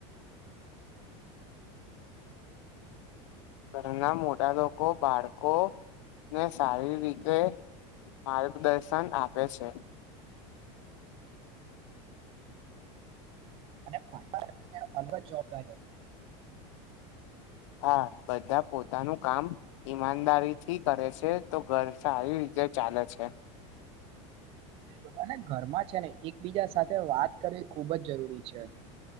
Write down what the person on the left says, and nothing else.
ઘરના મોટા લોકો બાળકોને સારી રીતે માર્ગદર્શન આપે છે.
હા બધા પોતાનું કામ ઈમાનદારીથી કરે છે તો ઘર સારી તે ચાલે છે.